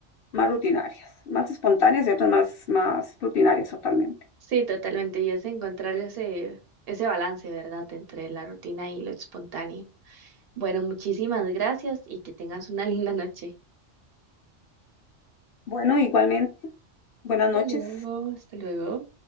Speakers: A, on the left; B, on the right.
A: más rutinarias, más espontáneas y otras más, más rutinarias totalmente.
B: Sí, totalmente. Y es encontrar ese, ese balance, ¿verdad?, entre la rutina y lo espontáneo. Bueno, muchísimas gracias y que tengas una <laughs> linda noche.
A: Bueno, igualmente, buenas
B: Hasta
A: noches.
B: luego, hasta luego.